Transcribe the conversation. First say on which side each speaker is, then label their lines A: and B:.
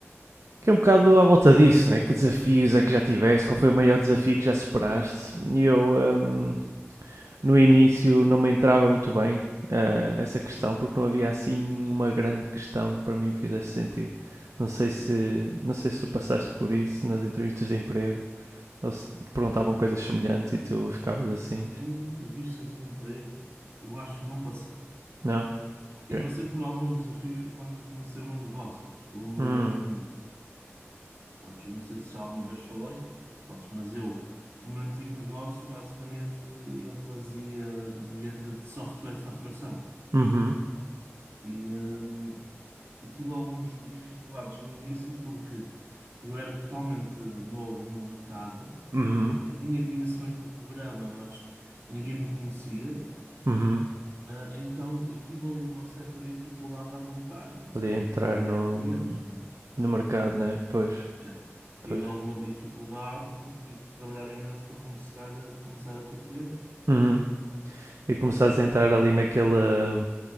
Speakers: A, on the right (about 85°); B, on the right (about 60°).
A: Que é um bocado à volta disso, né? Que desafios é que já tiveste? Qual foi o maior desafio que já superaste? E eu, hum, no início, não me entrava muito bem eh, essa questão, porque não havia assim uma grande questão que para mim fizesse sentido. Não
B: Ok.
A: sei se, não sei se tu passaste por isso nas entrevistas de emprego, ou se te perguntavam coisas semelhantes e tu ficavas assim.
B: Em entrevistas de emprego, eu acho que não passei.
A: Não? Ok.
B: Eu passei por alguns desafios foi quando comecei um negócio, o meu
A: Hum.
B: antigo negócio. Pronto, eu não sei se já alguma vez falei, pronto, mas eu, o meu antigo negócio, basicamente, eu fazia venda de software de faturação.
A: Uhum.
B: E, hum, e tive algumas dificuldades no início porque eu era totalmente novo no mercado,
A: Uhum.
B: ok? Tinha conhecimento do programa, mas ninguém me conhecia.
A: Uhum.
B: Ah, então eu tive ali uma certa dificuldade de arrancar, no sentido
A: Ali entrar
B: de angariar
A: no,
B: clientes, né?
A: no mercado, né? Pois,
B: Yeah. Tive
A: pois.
B: alguma dificuldade por tipo, trabalhar imenso para começar a, começar a ter clientes.
A: Uhum. e começares a entrar ali naquela,